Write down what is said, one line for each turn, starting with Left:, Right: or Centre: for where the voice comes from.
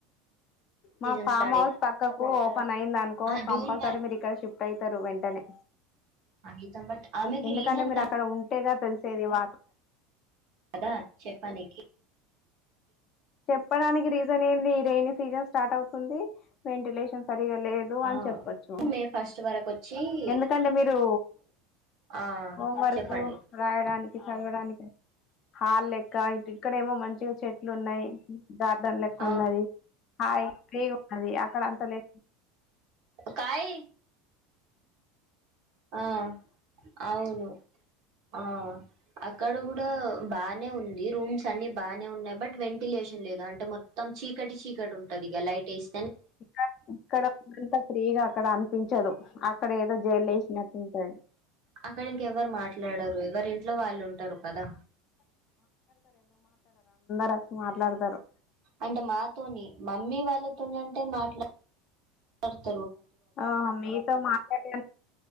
Left: మా
Right: సీజన్
Left: ఫామ్
Right: స్టార్ట్
Left: హౌస్ పక్కకు ఓపెన్ అయింది అనుకో
Right: అ జూన్
Left: కంపల్సరీ మీరు ఇక్కడ షిఫ్ట్ అయ్ ఇస్తారు వెంటనే
Right: అమితా బట్ ఆమెకి
Left: ఎందుకంటే
Right: రీజన్
Left: మీరు
Right: కావ
Left: అక్కడ ఉంటేగా తెలిసేది వా
Right: కదా చెప్పనికి
Left: చెప్పడానికి రీజన్ ఏంది రేని సీజన్ స్టార్ట్ అవుతుంది వెంటిలేషన్ సరిగా సరిగలేదు అని
Right: ఆ
Left: చెప్పచ్చు.
Right: మే ఫస్ట్ వరకు వచ్చి
Left: ఎందుకంటే మీరు
Right: ఆ
Left: హోం వర్క్
Right: చెప్పండి
Left: రాయడానికి చదవడానికి హల్ లెక్క ఇ ఇక్కడ ఏమో మంచిగా చెట్లు ఉన్నాయి. మ్మ్ గార్డెన్ లెక్క
Right: అవును
Left: ఉన్నది హాయ్ ఫ్రీగ్ ఉన్నది. అక్కడ అంత లే
Right: ఒకాయి ఆ అవును ఆ అక్కడ కూడా బానే ఉంది. రూమ్స్ అన్ని బానే ఉన్నాయి. బట్ వెంట్ వెంటిలేషన్ లేదు అంటే మొత్తం చీకటి చీకటి ఉంటది. ఇక లైట్ వేస్
Left: ఇక్క ఇక్కడంత ఫ్రీగా అక్కడ అనిపించదు అ అక్కడ ఏదో జైల్ల్ వేసినట్టు సరే
Right: అక్కడ ఇంకెవరు మాట్లాడరు ఎవరి ఇంట్లో వాళ్ళు ఉంటారు కదా
Left: డచ్చ మాట్లాడతారు
Right: అంటే మాతోని మమ్మీ వాళ్ళ తోని అంటే మాట్లాడు <unintelligible>
Left: ఆ మీతో మాట్లాడ